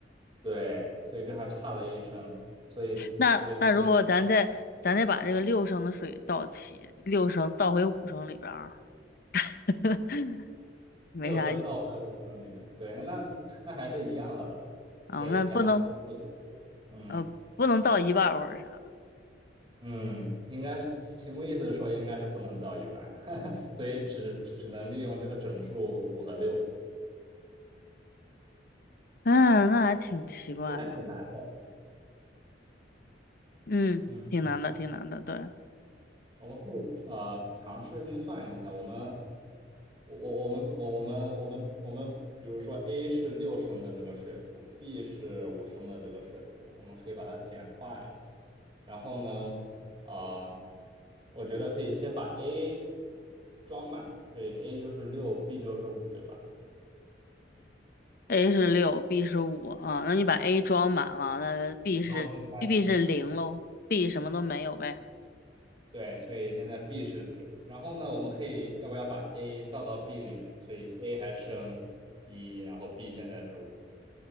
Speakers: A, on the right; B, on the left.
A: 对，所以这还差了一升，所以所以
B: 那那如果咱再咱再把这个六升的水倒齐，六升倒回五升里边儿，<laughs> 没啥意
A: 六升倒回五升里面，对，那那那还是一样的了，
B: 啊，
A: 也也还是
B: 那不能
A: 嗯。
B: 呃不能到一半儿或者啥的，
A: 嗯，应该是题目意思是说应该是不能到一半，<laughs> 所以只只只能利用这个整数五和六，
B: 嗯，那还挺奇怪的，
A: 这还挺难的。
B: 嗯，
A: 嗯，
B: 挺难的，挺难的，对
A: 我们可以呃尝试运算一下，我们我我我们我我们我们我们，比如说 A 是六升的这个水壶，B 是五升的这个水壶，我们可以把它简化一下。然后呢，啊、我觉得可以先把 A 装满，所以 A 就是六，B 就是五，对吧？
B: ，A 是六，B 是五啊，那你把 A 装满了，那 B
A: 然后现
B: 是 B B 是零喽，B 什么都没有呗，
A: 对，所以现在 B 是零。然后呢，我们可以要不要把 A 倒到 B 里面？所以 A 还剩一，然后 B 现在是五。